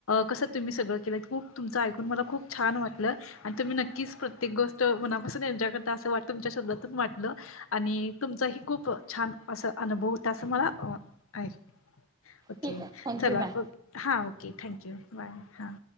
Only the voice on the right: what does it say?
ठीक आहे थँक्यू
मॅम